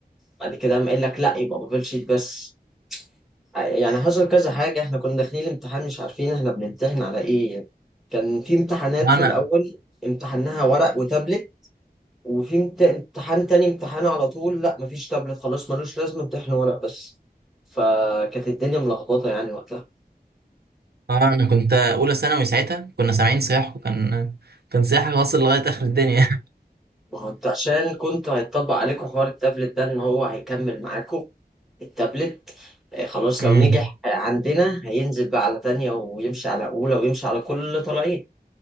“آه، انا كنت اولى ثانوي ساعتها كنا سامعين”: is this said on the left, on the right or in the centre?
Right